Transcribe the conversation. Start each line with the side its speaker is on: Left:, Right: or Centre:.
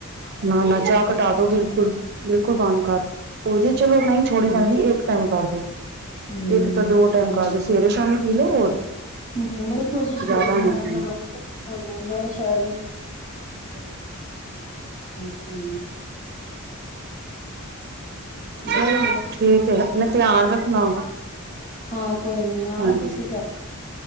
Right: ਨਾ ਨਾ
Left: ਜਿੰਦੇ
Right: ਚਾਹ ਘਟਾ ਦੋ ਬਿਲਕੁਲ-ਬਿਲਕੁਲ ਬੰਦ ਕਰ ਦੋ ਜੇ ਚਲੋ ਨਈਂ ਛੋੜੀ
Left: ਹਾਂ
Right: ਜਾਂਦੀ ਇੱਕ ਟੈਮ ਕਰ ਦੋ।
Left: ਹੂੰ
Right: ਇੱਕ ਤੋ ਦੋ ਟੈਮ
Left: ਟਾਈਮ
Right: ਕਰਦੋ
Left: ਬਸ
Right: ਸਵੇਰੇ ਸ਼ਾਮੀ ਪੀ ਲਓ ਹੋਰ
Left: ਹੂੰ ਬੜੀ ਕੋਸ਼ਿਸ਼
Right: ਜ਼ਿਆਦਾ
Left: ਕਰਦੀ
Right: ਨਾ
Left: ਆਂ
Right: ਪੀਓ
Left: ਫੇਰ ਵਾਰਿਸ਼ ਸ਼ਾਹ <unintelligible> ਮੈਂ ਸੋਨਾ
Right: ਚਲੋ
Left: ਬੱਚੇ
Right: ਠੀਕ ਐ ਅਪਨਾ ਧਿਆਨ ਰੱਖਨਾ।
Left: ਹਾਂ ਕੋਈ ਨੀ ਆਣਾ
Right: ਹਾਂਜੀ।
Left: ਤੁਸੀਂ ਤਾਂ,